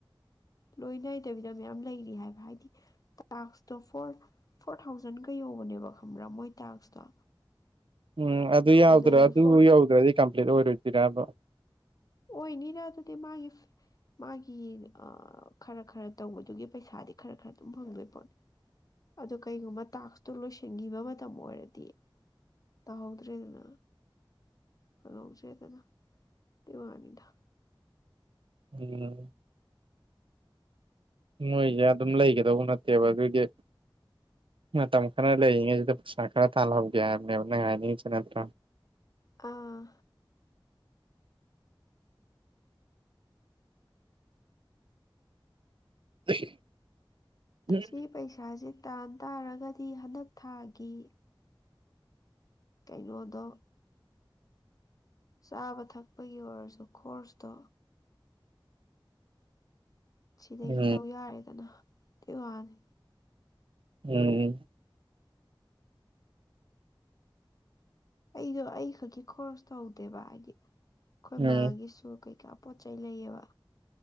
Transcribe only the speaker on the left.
ꯂꯣꯏ ꯅꯥꯏꯗꯕꯤꯗ ꯃꯌꯥꯝ ꯂꯩꯔꯤ ꯍꯥꯏꯕ ꯍꯥꯏꯗꯤ ꯇꯥꯛꯁꯇꯣ ꯐꯣꯔ ꯐꯣꯔ ꯊꯥꯎꯖꯟꯒꯥ ꯌꯧꯕꯅꯦꯕ ꯈꯪꯕ꯭ꯔꯥ ꯃꯣꯏ ꯇꯥꯛꯁꯇꯣ
ꯑꯗꯒꯤ
ꯐꯣꯔ
ꯑꯣꯏꯅꯤꯅ ꯑꯗꯨꯗꯤ ꯃꯥꯏꯐ ꯃꯥꯒꯤ ꯑꯥ ꯈꯔ ꯈꯔ ꯇꯧꯕꯗꯨꯒꯤ ꯄꯩꯁꯥꯗꯤ ꯈꯔ ꯈꯔ ꯑꯗꯨꯝ ꯐꯪꯗꯣꯏ ꯄꯣꯠꯅꯤ ꯑꯗꯨ ꯀꯩꯒꯨꯝꯕ ꯇꯥꯛꯁꯇꯨ ꯂꯣꯏꯁꯤꯟ ꯂꯣꯏꯁꯤꯟꯒꯤꯕ ꯃꯇꯝ ꯑꯣꯏꯔꯗꯤ ꯇꯥꯍꯧꯗ꯭ꯔꯦꯗꯅ <unintelligible> ꯑꯗꯨꯏ ꯋꯥꯅꯤꯗ
ꯑꯥ
ꯁꯤ ꯄꯩꯁꯥꯖꯦ ꯇꯥꯟ ꯇꯥꯔꯒꯗꯤ ꯍꯟꯗꯛ ꯊꯥꯒꯤ ꯀꯩꯅꯣꯗꯣ ꯆꯥꯕ ꯊꯛꯄꯒꯤ ꯑꯣꯏꯔꯁꯨ ꯈꯣꯔꯁꯇꯣ ꯁꯤꯗꯒꯤ
ꯇꯧ ꯌꯥꯔꯦꯗꯅ ꯑꯗꯨꯏ ꯋꯥꯅꯤ
ꯑꯩꯗꯣ ꯑꯩ ꯈꯛꯀꯤ ꯈꯣꯔꯁ ꯇꯧꯗꯦꯕ ꯍꯥꯏꯗꯤ ꯑꯩꯈꯣꯏ
ꯃꯥꯒꯤꯁꯨ ꯀꯩꯀꯥ ꯄꯣꯠ ꯆꯩ ꯂꯩꯌꯦꯕ